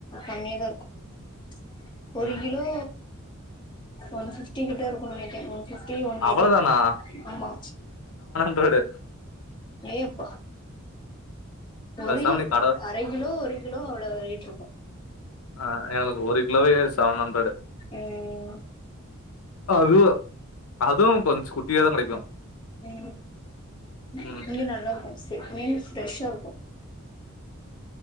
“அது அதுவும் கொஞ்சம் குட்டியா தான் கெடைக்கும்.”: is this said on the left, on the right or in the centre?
Left